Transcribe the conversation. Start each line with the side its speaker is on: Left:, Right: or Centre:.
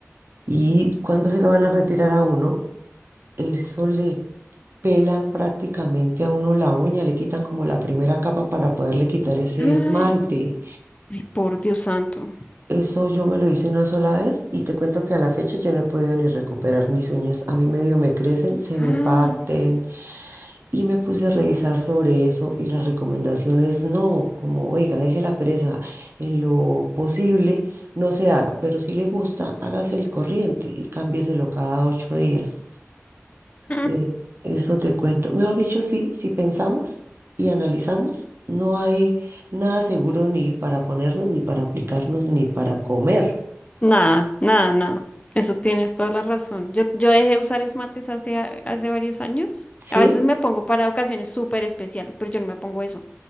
Right: Y cuando se lo van a retirar a uno Eso le pelan prácticamente a uno la uña, le quitan como la primera capa para poderle quitar ese
Left: Ay,
Right: esmalte.
Left: ay, por Dios santo.
Right: Eso yo me lo hice una sola vez y te cuento que a la fecha yo no he podido ni recuperar mis uñas. A mí medio me crecen, se
Left: Ah,
Right: me parten y me puse a revisar sobre eso y las recomendaciones no, como oiga, deje la presa en lo posible, no se haga, pero si le gusta, hágase el corriente y cámbieselo cada ocho días.
Left: mm.
Right: Eh, eso te cuento. Mejor dicho, sí, si pensamos y analizamos, no hay nada seguro ni para ponernos, ni para aplicarnos, ni para comer.
Left: Nada, nada, nada. Eso tienes toda la razón. Yo, yo dejé de usar esmaltes hace, a- hace varios años.
Right: ¿Sí?
Left: A veces me pongo para ocasiones súper especiales, pero yo no me pongo eso